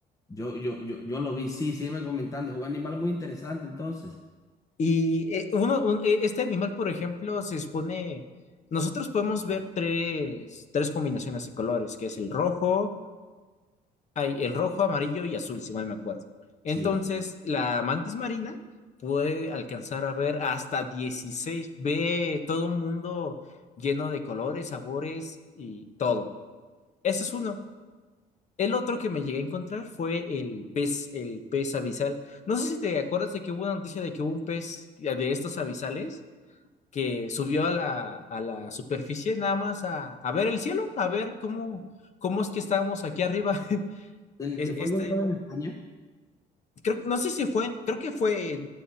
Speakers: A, on the left (about 20°); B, on the left (about 45°).
A: Yo, yo, yo, yo lo vi, sí, sígueme comentando. Es un animal muy interesante entonces.
B: Y eh, uno, un, eh, este animal, por ejemplo, se expone, nosotros podemos ver tres, tres combinaciones de colores, que es el rojo, hay el rojo, amarillo y azul, si mal me acuerdo. Entonces,
A: Sí.
B: la mantis marina puede alcanzar a ver hasta dieciséis ve todo un mundo lleno de colores, sabores y todo. Ese es uno. El otro que me llegué a encontrar fue el pez, el pez abisal. No sé si te acuerdas de que hubo una noticia de que hubo un pez de estos abisales que subió a la, a la superficie nada más a, a ver el cielo, a ver cómo, cómo es que estábamos aquí arriba.
A: El
B: <laughs> Es-
A: que
B: Este,
A: fue encontrado en España.
B: creo, no sé si fue, creo que fue,